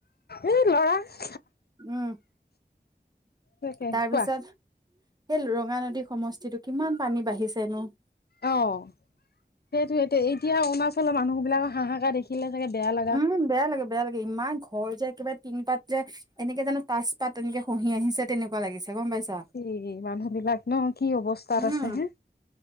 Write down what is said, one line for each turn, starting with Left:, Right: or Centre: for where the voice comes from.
Left: উ লৰা <unintelligible>
Right: উম
Left: তাকে
Right: তাৰ পিছত
Left: কোৱা?
Right: সেই ৰঙা নদী সমষ্টিতো কিমান পানী বাঢ়িছে নো?
Left: অ সেইটোৱে এতিয়া এতিয়া অৰুণাচলৰ মানুহবিলাকৰ হাহাকাৰ দেখিলে চাগে বেয়া লা
Right: উম বেয়া লাগে বেয়া লাগে ইমান ঘৰ যে কিবা তিনি পাত যে এনেকে জানো তাচ পাত এনেকে খহি আহিছে তেনেকুৱা লাগিছে গম পাইছা?
Left: <unintelligible> মানুহবিলাক ন কি অৱস্থাত
Right: উম
Left: আছে হে?